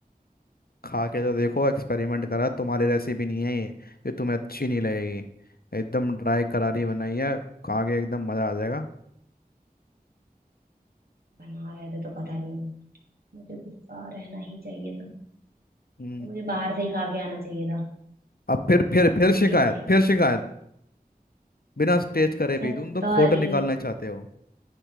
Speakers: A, on the left; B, on the right.
A: खा के तो देखो एक्सपेरिमेंट करा तुम्हारी रेसिपी नहीं है ये ये तुम्हें अच्छी नहीं लगेगी एकदम ड्राई करारी बनाई है खा के एकदम मजा आ जाएगा
B: बना रहे थे तो पता नहीं मुझे गुस्सा रहना ही चाहिए था
A: हम्म,
B: मुझे बाहर से ही खा के आना चाहिए था
A: अब फिर फिर फिर
B: भिंडी
A: शिकायत
B: बनाई
A: फिर शिकायत बिना टेस्ट करे
B: अच्छा
A: भी तुम तो
B: सॉरी
A: खोट निकालना चाहते हो